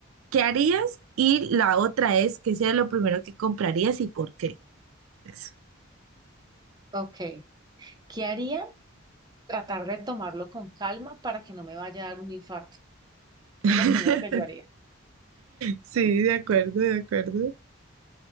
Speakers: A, on the right; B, on the right.
A: ¿Qué harías? Y la otra es, ¿qué sería lo primero que comprarías y por qué? Eso.
B: Ok. ¿Qué haría? Tratar de tomarlo con calma para que no me vaya a dar un infarto.
A: <laughs>
B: Es lo primero que yo haría.
A: Sí, de acuerdo, de acuerdo.